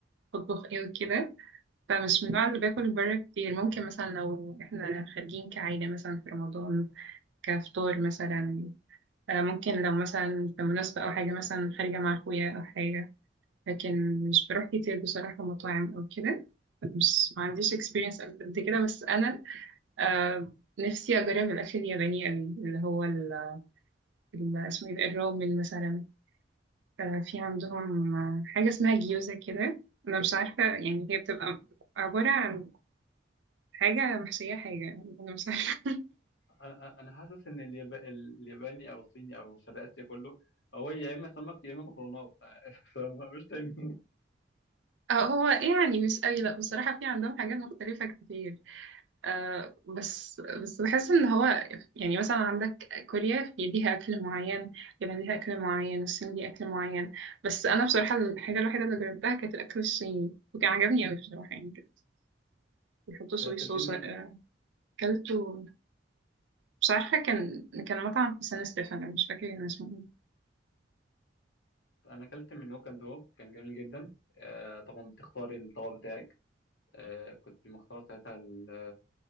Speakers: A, on the right; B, on the left.
A: وبطبخ ايه وكده فمش من النوع اللي باكل بره كتير ممكن مثلا لو احنا خارجين كعيلة مثلا في رمضان كفطار مثلا آه، ممكن لو مثلا في مناسبة أو حاجة مثلا خارجة مع أخويا أو حاجة لكن مش بروح كتير بصراحة مطاعم أو كده مش ما عنديش experience قد كده بس أنا آه، نفسي أجرب الأكل الياباني أوي اللي هو ال- ال- اسمه إيه ده؟ الرومن مثلا آه، في عندهم آه، حاجة اسمها جيوزا كده أنا مش عارفة يعني هي بتبقى عبارة عن حاجة محشية حاجة أنا مش عارفة
B: انا أنا- أنا حاسس ان الياب... الياباني او الصيني او شرق اسيا كله هو يا اما سمك يا اما مكرونات <laughs> فمش تاني
A: <laughs> آه، هو يعني مش أي لأ بصراحة في عندهم حاجات مختلفة كتير آه بس بس بحس إن هو يعني مثلا عندك كوريا في ليها أكل معين اليابان ليها أكل معين الصين ليها أكل معين بس أنا بصراحة الحاجة الوحيدة اللي جربتها كانت الأكل الصيني وكان عجبني أوي بصراحة يعني كان بيحطوا صويا
B: طيب اكلت
A: صوص
B: منين؟
A: آه، أكلته مش عارفة كان كان مطعم في سان ستيفانو مش فاكرة كان اسمه إيه
B: انا اكلت من ووك اند ووك كان جميل جدا آه طبعا بتختاري الطبق بتاعك آه كنت مختار ساعتها ال...